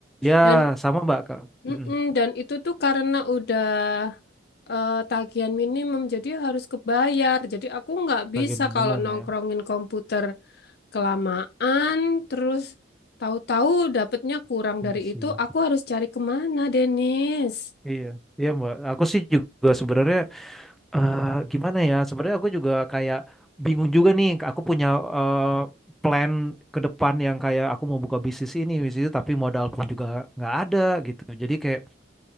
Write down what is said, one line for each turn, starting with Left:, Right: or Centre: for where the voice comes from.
Centre: Ya,
Left: Dan
Centre: sama Mbak Kak.
Left: mm-mm,
Centre: Mm-mm.
Left: dan itu tuh karena udah eh, tagihan minimum jadi harus kebayar. Jadi aku nggak
Centre: Sebagai
Left: bisa
Centre: minimum
Left: kalau nongkrongin
Centre: ya.
Left: komputer kelamaan terus tahu-tahu dapetnya kurang
Centre: Iya
Left: dari
Centre: sih.
Left: itu, aku harus cari kemana, Denis?
Centre: Iya, iya Mbak. Aku sih juga sebenarnya eh gimana ya? Sebenarnya aku juga kayak bingung juga nih. Aku punya eh, plan ke depan yang kayak aku mau buka bisnis ini, bisnis itu, tapi modal pun juga nggak ada gitu. Jadi kayak